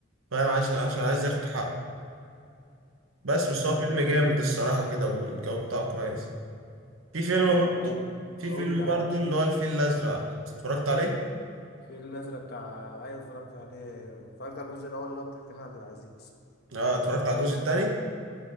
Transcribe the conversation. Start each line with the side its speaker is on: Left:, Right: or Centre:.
Right: فاهم عشان عشان عايز ياخد حقه بس
Left: بالظبط
Right: بس هو فيلم
Left: أيوة.
Right: جامد الصراحة كده والجو بتاعه كويس في فيلم
Left: طب
Right: برضه
Left: انت
Right: في
Left: قول
Right: فيلم
Left: لي
Right: برضه
Left: على
Right: اللي هو الفيل الأزرق اتفرجت عليه؟
Left: الفيل الازرق بتاع ايوه اتفرجت عليه اتفرجت على الجزء الاول اللي هو بتاع كريم عبد العزيز
Right: اه اتفرجت على الجزء التاني